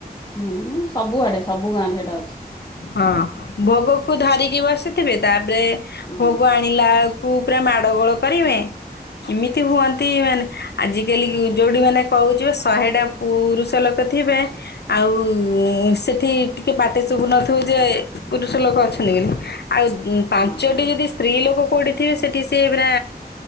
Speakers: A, on the left; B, on the left.
A: ହୁଁ ସବୁଆଡେ, ସବୁ ଗାଁରେ ସେଇଟା ଅ
B: ହଁ, ଭୋଗକୁ ଧରିକି ବସିଥିବେ, ତାପରେ
A: ହୁଁ
B: ଭୋଗ ଆଣିଲା କୁ ପୁରା ମାଡ ଗୋଳ କରିବେ। ଏମିତି ହୁଅନ୍ତି ମାନେ ଆଜିକାଲି ଯୋଉଠି ମାନେ କହୁଛୁ ଶହେଟା ପୁରୁଷ ଲୋକ ଥିବେ ଆଉ ସେଠି ଟିକେ ପା ପାଟିଶୁଭୁ ନଥିବ ଯେ ପୁରୁଷ ଲୋକ ଅଛନ୍ତି ବୋଲି ଆଉ ପାଞ୍ଚଟି
A: ହଁ ହଁ
B: ଯଦି ସ୍ତ୍ରୀ ଲୋକ କୋଉଠିଥିବେ ସେଠି ସେ ପୁରା